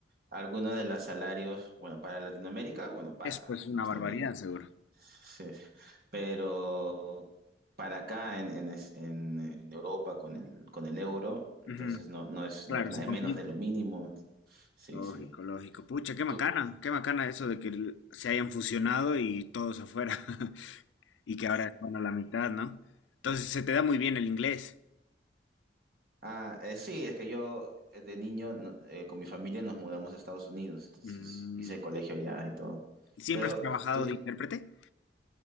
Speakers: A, on the right (about 50°); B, on the left (about 85°).
A: algunos de los salarios, bueno, para Latinoamérica, bueno, pasa,
B: Eso pues, es una
A: ¿no? Está
B: barbaridad,
A: bien.
B: seguro.
A: Sí. Pero para acá en, en, es- en- en Europa con el, con el euro, entonces
B: Ujú.
A: no, no es,
B: Claro,
A: no es, nada-
B: se complica.
A: es menos de lo mínimo. Sí,
B: Lógico,
A: sí.
B: lógico. Pucha, qué macana,
A: Tú,
B: qué macana eso de que l- se hayan fusionado y todos afuera. <laughs> Y que ahora están a la mitad, ¿no? Entonces se te da muy bien el inglés.
A: ah, eh, sí, es que yo eh, de niño no- eh, con mi familia nos mudamos a Estados Unidos, entonces
B: Mm.
A: hice el colegio allá y todo.
B: ¿Siempre
A: Pero
B: has trabajado
A: tú,
B: de intérprete?